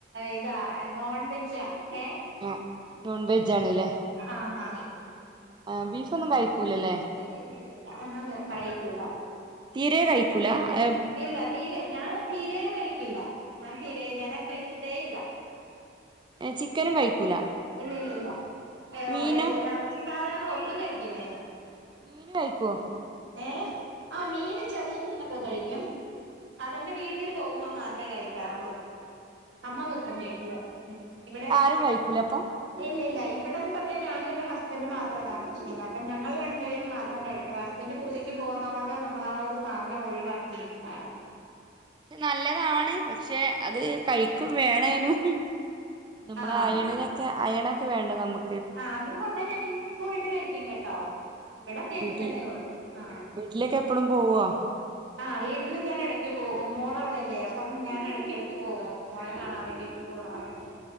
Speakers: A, on the right (about 85°); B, on the right (about 25°).
A: ഇതാ നോൺ വെജാ. ഏഹ്?
B: ആഹ് നോൺ വെജ്ജ് ആണ്ല്ലേ.
A: ആഹ് ഹാ.
B: ഏഹ് ബീഫൊന്നും കഴിക്കൂല ലേ?
A: ഇല്ല ഇല്ല ഇല്ല ഇല്ല ഒന്നും കഴിക്കൂല്ല.
B: തീരെ കഴിക്കൂലാ? അഹ്
A: ഇല്ല. തീരെ ഞാൻ തീരേ കഴിക്കില്ല ഞാൻ തീരെ ഞാനത് കഴിച്ചിട്ടേ ഇല്ല.
B: ഏഹ് ചിക്കനും കഴിക്കൂല?
A: ഇല്ല ഇല്ല ഇല്ല. <unintelligible> ഏഹ്
B: മീനോ
A: ഇറച്ചി സാധനങ്ങള് ഒന്നും കഴിക്കില്ല ഞങ്ങള്.
B: മീന് കയിക്കൊ?
A: ഏഹ്? ആഹ് മീന് ചെറിയ മീനൊക്കെ കഴിക്കും. അതെന്റെ വീട്ടിൽ പോകുമ്പോ മാത്രേ കഴിക്കാറുള്ളൂ. അമ്മ വെക്കും വീട്ടില്. ഉം ഇവിടെ
B: ട്ടും കയിക്കൂലെ അപ്പം?
A: ഇല്ലില്ലാ. ഇവിടെന്ന് പറഞ്ഞാ ഞാനും എന്റെ ഹസ്ബന്ഡും മാത്രാ താമസിക്ക്ന്നെ. അപ്പം ഞങൾ രണ്ടുപേരും മാത്രം കഴിക്കില്ല. ഹസ് ബെൻഡ് പൂജക്ക് പോകുന്നോണ്ട് നമ്മള് ആ ഒരു സാധനം ഒഴിവാക്കിയിരിക്കുന്നാണ്.
B: പക്ഷെ നല്ലതാണ് പക്ഷെ അത് കഴി ക്കും വേണേനും നമ്മൾ
A: ആഹ്
B: അയേണിനൊക്കെ അയേണൊക്കെ വേണ്ടേ നമു
A: ആഹ് ആഗ്രഹുണ്ടെ ഞാൻ വീട്ടി പോയിട്ട് കഴിക്കും കേട്ടോ. ഇവിടെ കേറ്റില്ലെന്നേ
B: വീട്ടിൽ
A: ഉള്ളു ആഹ്.
B: വീട്ടിലേക്ക് എപ്പഴും പോവോ
A: ആഹ് വീട്ടിലും ഞാൻ എടക്ക് പോകും മോള് അവിടല്ലേ അപ്പം ഞാൻ എടയ്ക്കിടക്ക് പോവും. മോളെ കാണാൻ വേണ്ടീട്ട് പോകാറുണ്ട്.